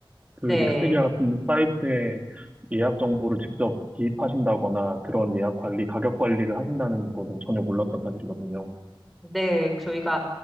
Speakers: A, on the right (about 15°); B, in the centre.
A: 그
B: 네.
A: 익스피디아 같은 사이트에 예약 정보를 직접 기입하신다거나 그런 예약 관리, 가격 관리를 하신다는 것은 전혀 몰랐던 사실이거든요.
B: 네, 저희가